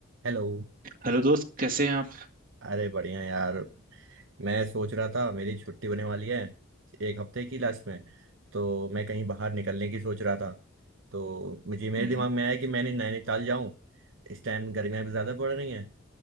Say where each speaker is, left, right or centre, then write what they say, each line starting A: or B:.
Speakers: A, on the right (about 60°); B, on the right (about 40°).
A: Hello
B: Hello दोस्त कैसे हैं आप
A: अरे बढ़िया यार मैं सोच रहा था मेरी छुट्टी होने वाली है एक हफ्ते की लास्ट में तो मैं कहीं बाहर निकलने की सोच रहा था तो मुझे मेरे
B: हम्म
A: दिमाग में आया कि मैंने नैनीताल जाऊं इस टाइम गर्मियां भी ज़्यादा पड़ रही हैं